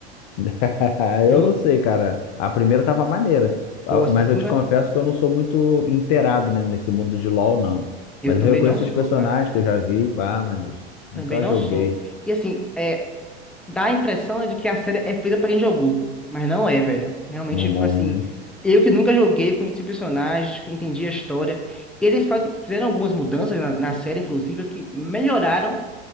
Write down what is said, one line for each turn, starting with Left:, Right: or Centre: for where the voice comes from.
Left: <laughs>
Centre: Juro.
Left: Eu não sei, cara. A primeira tava maneira. Ah,
Centre: Pô, a segunda,
Left: Mas eu te confesso que eu não sou muito inteirado, né, nesse mundo de LOL, não.
Centre: eu
Left: Mas
Centre: também
Left: eu reconheço
Centre: não sou,
Left: os personagens
Centre: cara.
Left: que eu já vi, pá, mas nunca
Centre: Também não
Left: joguei
Centre: sou. E assim, é, dá a impressão né, de que a série é feita pra quem jogou. Mas não é, velho. Realmente,
Left: na mão,
Centre: tipo assim,
Left: né?
Centre: eu que nunca joguei, conheci personagens, entendi a história. Eles fazem, fizeram algumas mudanças na, na série, inclusive, que melhoraram